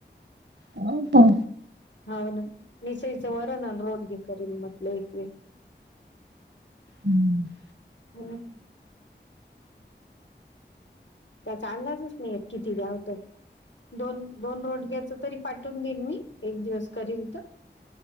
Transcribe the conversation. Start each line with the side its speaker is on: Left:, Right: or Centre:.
Right: हो का?
Left: हव ना मिसईचं वर ना रोडगे करील म्हटलं एक व
Right: हम्म <inaudible>
Left: हम्. त्याचा अंदाजच नाही किती द्याव तो दोन दोन रोडघ्याच तरी पाठवून देईल मी एक दिवस करील तर